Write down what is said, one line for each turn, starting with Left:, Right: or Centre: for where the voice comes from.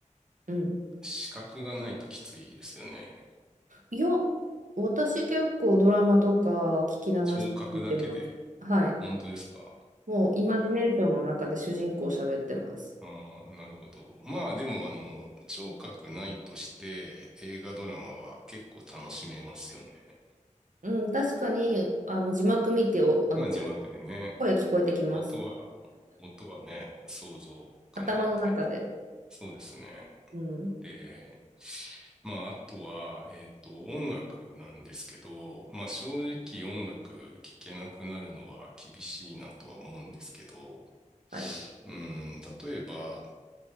Right: うん。
Centre: 視覚がないときついですよね。
Right: いや、私結構ドラマとか聞き流して聞いてます。
Centre: 聴覚だけで、
Right: はい。
Centre: 本当ですか
Right: もうイマジネーションの中で主人公喋ってます。
Centre: ああ、なるほど。まあでも、あの、聴覚ないとして映画ドラマは結構楽しめますよね。
Right: うん、確かにあの字幕見てお、あの声、
Centre: まあ字幕でね、
Right: 声聞こえてきます。
Centre: 音は、音はね、想像かなみたいな。
Right: 頭の中で。
Centre: そうですね。
Right: うん。
Centre: で、まああとは、えっと、音楽なんですけど、まあ正直音楽聴けなくなるのは厳しいなとは思うんですけど、
Right: はい、
Centre: うん、例えば、